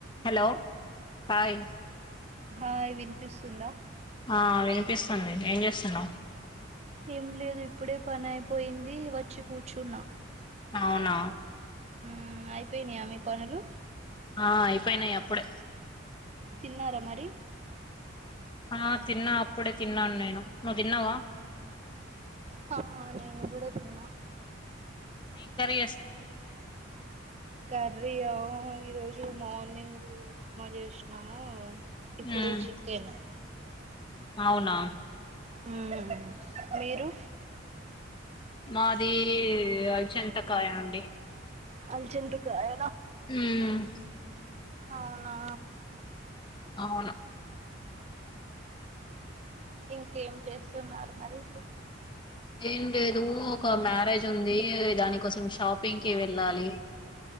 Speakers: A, on the left; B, on the right.
A: హలో హాయ్
B: ఆ వినిపిస్తుందా
A: ఆ వినిపిస్తుందిం ఏం చేస్తున్నావ్?
B: ఏం లేదు ఇప్పుడే పని అయిపోయింది వచ్చి కూర్చున్నా.
A: అవునా?
B: ఉమ్ అయిపోయినాయా మీ పనులు
A: ఆ అయిపోయినాయి అప్పుడే
B: తిన్నార మరి
A: ఆ తిన్నా అప్పుడే తిన్నాను నేను నువ్వు తిన్నావా?
B: హా నేను గూడా తిన్నా.
A: ఏం కర్రీ చేస్
B: కర్రీ యా ఈ రోజు మార్నింగ్ ఉప్మా చేసినాము. ఇప్పుడు
A: ఉమ్
B: చికెన్
A: అవునా?
B: ఉమ్ మీరు?
A: మాది అల్చింతకాయ అండి.
B: అల్చెందుకాయ
A: ఉమ్
B: అవునా?
A: అవును.
B: ఇంకేం చేస్తున్నారు మరి?
A: ఏం లేదు ఒక మ్యారేజ్ ఉంది అది దాని కోసం షాపింగ్కి వెళ్ళాలి.